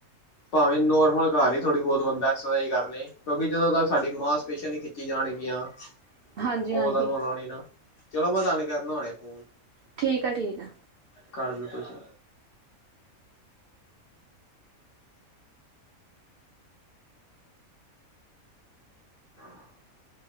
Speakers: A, on the left (about 60°); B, on the right (about 75°).
A: ਭਾਵੇਂ ਨੋਰਮਲ ਘਰ ਹੀ ਥੋੜ੍ਹੀ ਬੋਤ ਬੰਦਾ ਐਕਸਰਸਾਈਜ਼ ਕਰਲੇ ਕਿਉਂਕਿ ਜਦੋਂ ਤੱਕ ਸਾਡੀ ਮਾਂਸ ਪੇਸ਼ਿਆਂ ਨਹੀਂ ਖਿੱਚੀ ਜਾਣਗੀਆਂ
B: ਹਾਂਜੀ
A: ਉਦੋਂ
B: ਹਾਂਜੀ
A: ਤੱਕ ਹੋਣਾ ਨੀ ਨਾ। ਚਲੋ ਮੈਂ ਤੁਹਾਨੂੰ ਕਰਨਾ ਹੁਣੇ ਫੋਨ।
B: ਠੀਕ ਆ ਠੀਕ ਆ।
A: ਕਰ ਦਿੱਤਾ ਸੀ। <inaudible>